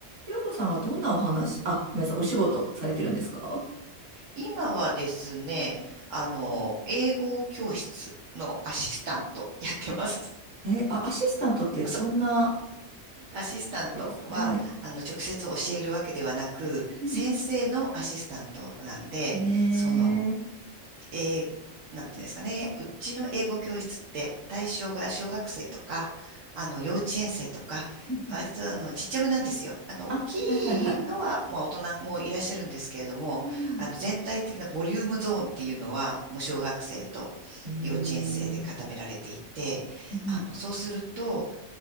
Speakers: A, on the right (about 75°); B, on the right (about 85°).
A: ひろこさんはどんなお話、あ、ごめんなさい、お仕事されてるんですか
B: 今はですね、あの、英語教室のアシスタントやってます。
A: え、あ、アシスタントってどんな
B: <laughs> そう、アシスタントは、
A: ことですかはい。
B: あの、直接教えるわけではなく、
A: うん。
B: 先生のアシスタントなんで、
A: えー、
B: その、
A: うん
B: えーなんていうんですかね、うちの英語教室って対象が小学生とか、あの幼稚園生とか、
A: うん
B: 割とあのちっちゃめなんですよ。あの大きいのは、
A: あ、はいはいはい。
B: まあ、大人もいらっしゃるんですけれども、
A: うん
B: あの全体的なボリュームゾーンっていうのは、もう小学生と
A: えー、
B: 幼稚園生で固められていて、あのそうすると
A: はい。